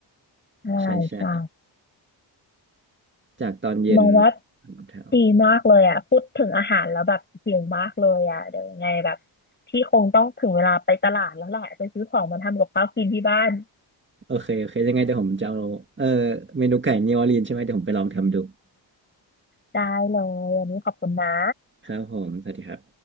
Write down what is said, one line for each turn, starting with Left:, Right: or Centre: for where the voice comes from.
Left: ใช่ใช่
Right: ใช่ใช่จากตอนเย็น
Left: มองว่า
Right: ตอนเช้า
Left: ดีมากเลยอ่ะพูดถึงอาหารแล้วแบบหิวมากเลยอ่ะเดี๋ยวยังไงแบบพี่คงต้องถึงเวลาไปตลาดแล้วแหละไปซื้อของมาทำกับข้าวกินที่บ้าน
Right: โอเค โอเค ยังไงเดี๋ยวผมจะเอาเออเมนูไก่นิวออร์ลีนใช่ไหมเดี๋ยวผมไปลองทำดู
Left: ได้เลยวันนี้ขอบคุณนะ
Right: ครับผม สวัสดีครับ